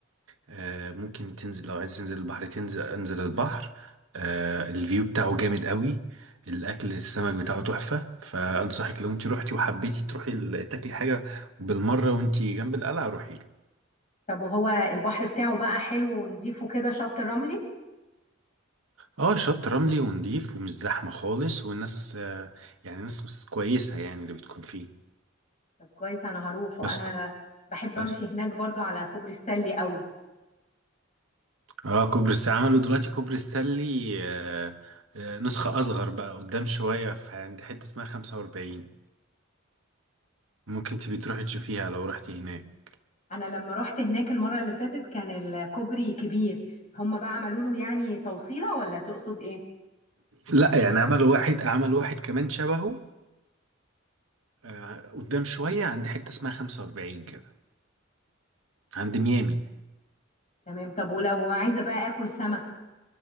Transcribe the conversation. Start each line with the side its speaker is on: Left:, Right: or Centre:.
Right: آه، ممكن تنزل لو عايز تنزل البحر تنزل انزل البحر آه، الفيو بتاعه جامد قوي الاكل السمك بتاعه تحفه فانصحك لو انت روحتي وحبيتي تروحي ال- تاكلي حاجه بالمره وانت جنب القلعه روحي له
Left: طب وهو البحر بتاعه بقى حلو ونضيفه كده شط رملي
Right: اه شط رملي ونضيف ومش زحمه خالص والناس آه، يعني ناس ناس كويسه يعني اللي بتكون فيه
Left: طب كويس انا هروح وانا
Right: بس
Left: بحب
Right: بس
Left: امشي هناك برضو على كوبري ستانلي قوي
Right: اه كوبري ستانلي عملوا دلوقتي كوبري ستانلي آه، آه، نسخه اصغر بقى قدام شويه في عند حته اسمها 45 ممكن تبي تروحي تشوفيها لو رحتي هناك
Left: انا لما رحت هناك المرة اللي فاتت كان الكوبري كبير هم بقى عملوا له يعني توصيلة ولا تقصد ايه
Right: لا يعني عمل واحد عمل واحد كمان شبهه آه، قدام شوية عند حتة اسمها 45 كده عند
Left: مم.
Right: ميامي
Left: تمام طب ولو عايزة بقى اكل سمك